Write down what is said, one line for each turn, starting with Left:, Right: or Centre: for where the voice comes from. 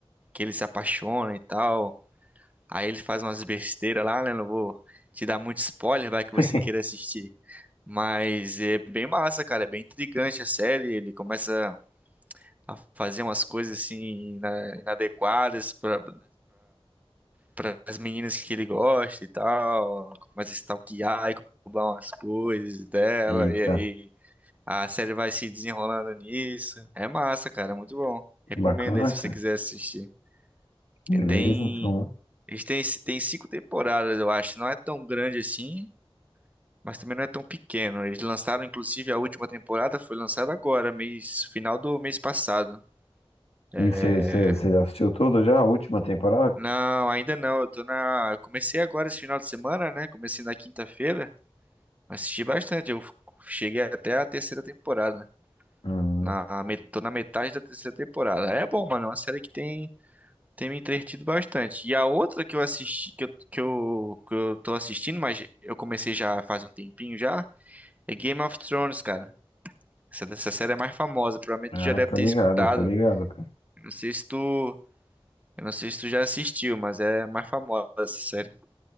Right: que ele se apaixona e tal, aí ele faz umas besteiras lá, né? Não vou te dar muito spoiler, vai que você
Left: <laughs>
Right: queira assistir. Mas é bem massa, cara, é bem intrigante a série, ele começa a fazer umas coisas assim ina- inadequadas para para as meninas que ele gosta e tal, começa a stalkear e roubar umas coisas dela,
Left: Eita.
Right: e aí a série vai se desenrolando nisso. É massa, cara, é muito bom. Recomendo
Left: Bacana,
Right: aí se
Left: cara.
Right: você quiser assistir.
Left: Beleza,
Right: E tem,
Left: então.
Right: eles têm, tem cinco temporadas, eu acho. Não é tão grande assim, mas também não é tão pequeno. Eles lançaram, inclusive, a última temporada foi lançada agora, mês, final do mês passado. É,
Left: E você, você, você já assistiu tudo já? A última temporada, cara?
Right: Não, ainda não. Eu tô na. eu Comecei agora esse final de semana, né? Comecei na quinta-feira. Assisti bastante, eu cheguei até a terceira temporada.
Left: Hum,
Right: Na, me- tô na metade da terceira temporada. É bom, mano, é uma série que tem, tem me entretido bastante. E a outra que eu assisti, que eu, que eu, que eu tô assistindo, mas eu comecei já faz um tempinho já, é Game of Thrones, cara. Essa, essa série é mais famosa, provavelmente
Left: ah,
Right: tu já deve
Left: tô
Right: ter
Left: ligado,
Right: escutado.
Left: tô ligado, cara.
Right: Eu não sei se tu, eu não sei se tu já assistiu, mas é mais famosa essa série.